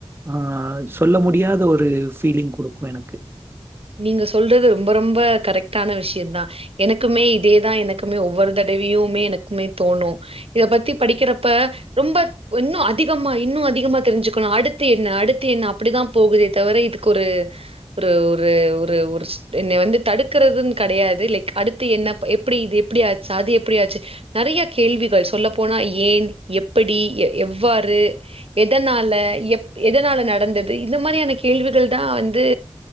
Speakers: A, on the right; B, on the right.
A: ஆஹ் சொல்ல முடியாத ஒரு ஃபீலிங் குடுக்கு எனக்கு
B: நீங்க சொல்றது ரொம்ப ரொம்ப கரெக்டான விஷயம் தா எனக்குமே இதேதா எனக்குமே ஒவ்வொரு தடவியுமே எனக்குமே தோணும் இத பத்தி படிக்கிறப்ப ரொம்ப இன்னும் அதிகமா இன்னும் அதிகமா தெரிஞ்சுக்கணு அடுத்து என்ன அடுத்து என்ன அப்டிதா போகுதே தவிர இதுக்கு ஒரு ஒரு ஒரு ஒரு என்னை வந்து தடுக்கறிறதுன்னு காடையாது லைக் அடுத்து என்ன எப்டி இது எப்டிாச்சு அது எப்டிாச்சு நறைய கேள்விகள் சொல்லப்போனா ஏன் எப்படி எவ்வாறு எதனால எப் எதனால நடந்தது இது மாதிரியான கேள்விகள் தா வந்து